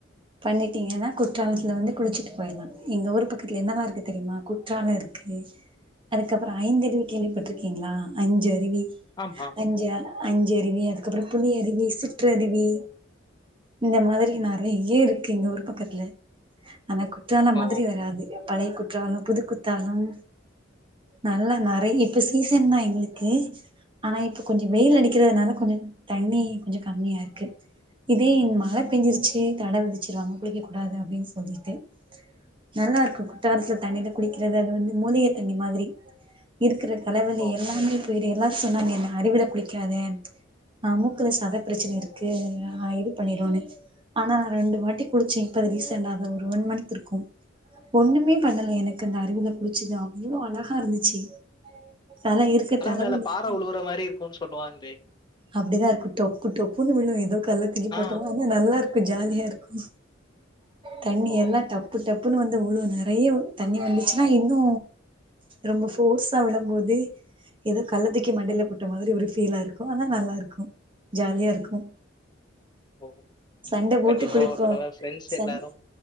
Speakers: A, on the right (about 25°); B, on the left (about 25°).
A: பண்ணிட்டீங்கன்னா குற்றாலத்துல வந்து குளுச்சுட்டு போயிர்லா எங்க ஊர் பக்கத்துல என்னெல்லா இருக்கு தெரியுமா குற்றாலோ இருக்கு அதுக்கப்புறோ ஐந்து அருவி கேள்விப்பட் ட்ருக்கீங்களா அஞ்சு அருவி
B: ஆமா.
A: அஞ்சா அஞ்சு அருவி அதுக்கப்புறோ புளி அருவி சுற்றருவி இந்த மாதிரி நறையே இருக்கு எங்க ஊர் பக்கத்துல ஆனா குற்றாலோ
B: ஓ!
A: மாதிரி வராது பழைய குற்றாலோ புது குத்தாலம் நல்லா நறையி இப் இப்ப சீசன்தா எங்களுக்கு ஆனா இப்ப கொஞ்சோ வெயில் அடிக்கர்ததுனால கொஞ்சோ தண்ணி கொஞ்சோ கம்மியா இருக்கு இதே மழ பேஞ்சுருச்சு தட விதிச்சுருவாங்க குளிக்க கூடாது அப்டின் சொல்லிட்டு நல்லா இருக்கு குற்றாலத்துல தண்ணில குளிக்கிறது அது வந்து மூலிக தண்ணி மாதிரி இருக்குறத் தலவலி
B: ஓ!
A: எல்லாமே து வேர் எல்லாரு சொன்னாங்க என்ன அருவில குளிக்காதன் நா மூக்குல சதப்பிரச்சன இருக்கு ஆ இது பண்ணிருன்னு ஆனா நா ரெண்டு வாட்டி குளுச்சே இப்பதா ரீசெண்டாதா ஒரு ஒன் மந்த் இருக்கும் ஒண்ணுமே பண்ணல எனக்கு அந்த அருவில குளுச்சுது அவ்ளோ அழகா இருந்துச்சி தல இருக்கு தலவலி
B: மேல பார
A: இன்னும்
B: உழுவுற மாரி இருக்கும்னு சொல்லுவாங்களே!
A: அப்டிதா இருக்கு டொப்பு டொப்புன்னு விழு ஏதோ கல்ல தூக்கி
B: ஆ.
A: போட்டவனா ரொம்ப நல்லா இருக் கு ஜாலியா இருக்கு தண்ணி
B: ஓ!
A: எல்லா டப்பு டப்புன்னு வந்து உழு நறையா தண்ணி வந்துச்சுன்னா இன்னு ரொம்ப ஃபோர்ஸ் தல மேல விழும் போது எதோ கள்ளத்தூக்கி மண்டயில போட்ட மாரி ஒரு ஃபீலா இருக்கு ஆனா நல்லா இருக்கு ஜாலியா இருக்கு
B: ஓ!
A: சண்ட போட்டு
B: கண்டிப்பா
A: குளிப்போ
B: ஒரு தடவ ஃப்ரெண்ட்ஸ்
A: சண்
B: எல்லாரும்